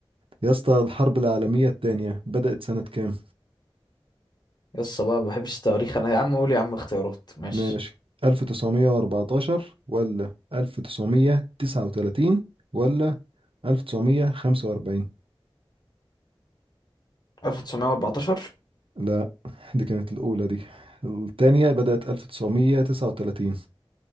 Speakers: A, on the right; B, on the left.
A: يا اسطى الحرب العالمية التانية بدأت سنة كام
B: يا اسطى بقى ما بحبش التواريخ انا يا عم قول يا عم اختيارات ماشي
A: ماشي 1914 ولا 1939 ولا 1945
B: 1914
A: لا دي كانت الأولى دي التانية بدأت 1939